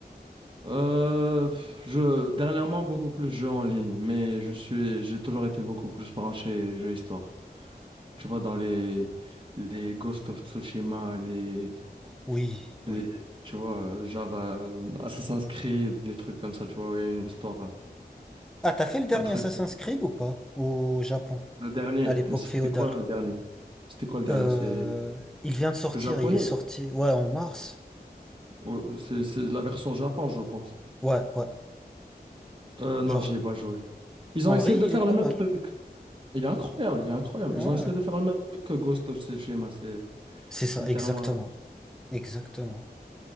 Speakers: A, on the right (about 30°); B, in the centre.
A: Euh, pff, je, dernièrement, beaucoup plus jeux en ligne, mais je suis, j'ai toujours été beaucoup plus branché jeux histoire. Tu vois, dans les, les Ghost of Tsushima, les,
B: Oui,
A: les,
B: oui.
A: tu vois, euh, genre euh, Assassin's Creed, les trucs comme ça, tu vois, où il y a une histoire, euh,
B: Ah, t'as fait le dernier
A: un truc.
B: Assassin's
A: là.
B: Creed ou pas? Au Japon,
A: Le dernier,
B: à l'époque
A: mais c'était
B: féodale.
A: quoi le dernier? C'était quoi le dernier?
B: Euh,
A: C'est
B: il vient de sortir,
A: le japonais?
B: il est sorti, ouais, en mars.
A: ou C'est c'est la version Japon, je pense.
B: Ouais, ouais.
A: Euh, non,
B: Genre
A: j'y ai pas joué. Ils
B: En
A: ont essayé
B: vrai, il
A: de faire
B: est pas
A: le même
B: mal.
A: truc. Il est incroyable, il est incroyable.
B: Ouais.
A: Ils ont essayé de faire le même truc que Ghost of Tsushima. C'est
B: C'est ça,
A: c'est littéralement.
B: exactement.
A: la-
B: Exactement.